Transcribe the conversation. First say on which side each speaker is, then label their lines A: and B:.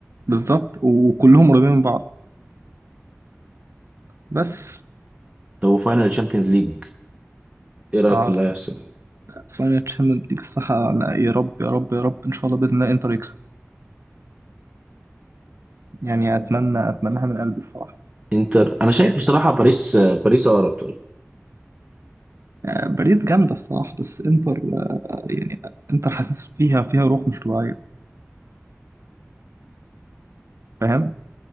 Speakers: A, on the right; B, on the right.
A: بالظبط وكلهم قريبين من بعض بس
B: طب وفاينل تشامبيونز ليج ايه رايك
A: اه
B: في اللي هيحصل
A: فاينل تشامبيونز ليج الصحة أنا يا رب يا رب يا رب ان شاء الله باذن الله انتر يكسب يعني اتمنى اتمناها من قلبي الصراحه
B: انتر انا شايف بصراحه باريس آه، باريس اقرب طيب
A: آه، باريس جامده الصراحه بس انتر آه، يعني انتر حاسس فيها فيها روح مش طبيعيه فاهم